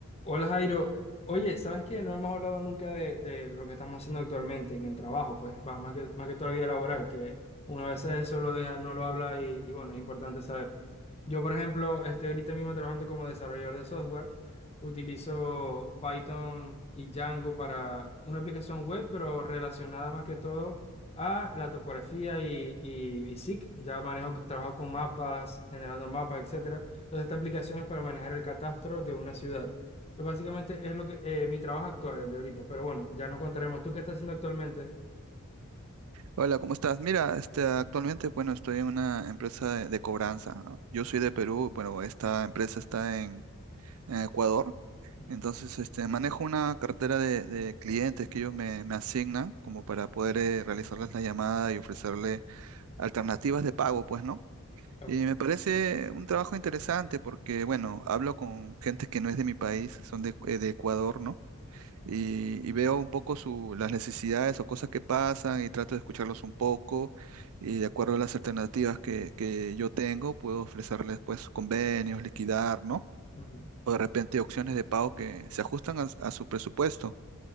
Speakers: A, on the left; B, on the right.
A: Hola Jairo, oye, ¿sabes qué? No hemos hablado nunca de, de lo que estamos haciendo actualmente en el trabajo, pues, va, más que, más que toda la vida laboral, que una vez eso lo deja, no lo habla y, y bueno, es importante saber. Yo, por ejemplo, estoy ahorita mismo trabajando como desarrollador de software, utilizo Python y Django para una aplicación web, pero relacionada más que todo a la topografía y, y, y SIG. Ya manejo, trabajo con mapas, generando mapas, etcétera. Entonces, esta aplicación es para manejar el catastro de una ciudad. Pues Básicamente es lo que eh, mi trabajo actual, el de ahorita. Pero bueno, ya nos contaremos. ¿Tú qué estás haciendo actualmente?
B: Hola, ¿cómo estás? Mira, este, actualmente, bueno, estoy en una empresa de, de cobranza. Yo soy de Perú, bueno, esta empresa está en, en Ecuador.
A: Ujú.
B: Entonces, este, manejo una cartera de, de clientes que ellos me, me asignan como para poder eh, realizarles la llamada y ofrecerle alternativas de pago, pues, ¿no?
A: Ok.
B: Y me parece un trabajo interesante porque, bueno, hablo con gente que no es de mi país, son de, eh, de Ecuador, ¿no? y, y veo un poco su, las necesidades o cosas que pasan y trato de escucharlos un poco y de acuerdo a las alternativas que, que yo tengo, puedo ofrecerles pues convenios, liquidar, ¿no?
A: Ujú,
B: O de repente opciones de pago que se ajustan a, a su presupuesto.